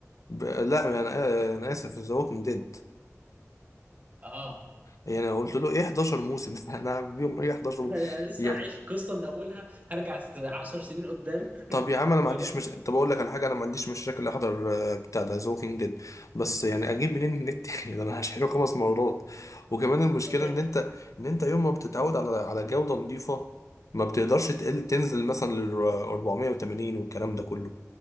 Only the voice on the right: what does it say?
اه
انا أنا لسه
هعيش قصه من اولها هرجع 10 سنين قدام
<laughs>
ورا
يعني